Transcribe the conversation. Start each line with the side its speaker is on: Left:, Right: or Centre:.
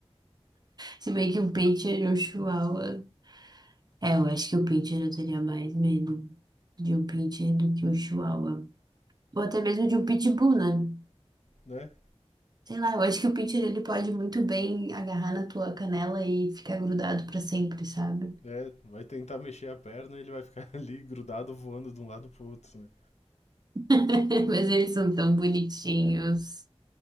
Right: Se bem que um pincher e um chihuahua. É, eu acho que o pincher eu teria mais medo de um pincher do que um chihuahua. Ou até mesmo de um pitbull, né?
Left: né?
Right: Sei lá, eu acho que o pincher ele pode muito bem agarrar na tua canela e ficar grudado pra sempre, sabe?
Left: É, vai tentar mexer a perna e ele vai ficar <laughs> ali grudado voando de um lado pro outro, né?
Right: <laughs> Mas eles são tão bonitinhos.